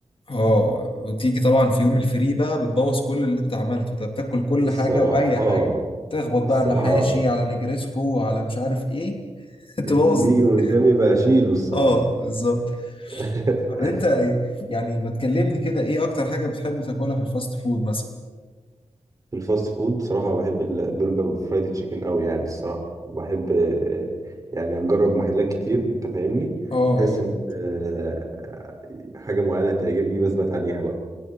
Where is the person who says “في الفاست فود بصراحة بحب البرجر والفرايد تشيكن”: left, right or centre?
Right